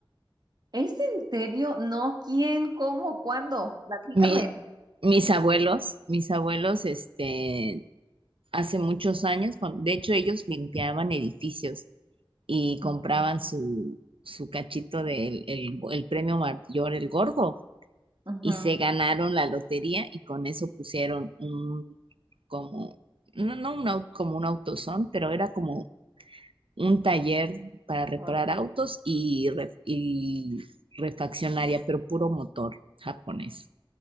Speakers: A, on the right; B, on the right.
A: ¿Es en serio? No, ¿quién? ¿Cómo? ¿Cuándo? Platícame.
B: Mi- mis abuelos, mis abuelos, este, hace muchos años, cuan- de hecho ellos limpiaban edificios y compraban
A: Ujú,
B: su, su cachito del el, el premio mayor, el gordo,
A: ujú.
B: y se ganaron la lotería y con eso pusieron un, como, no, no un, au- como un autosón, pero era como un taller para reparar
A: Guau.
B: autos y, ref- y refaccionaria, pero puro motor japonés.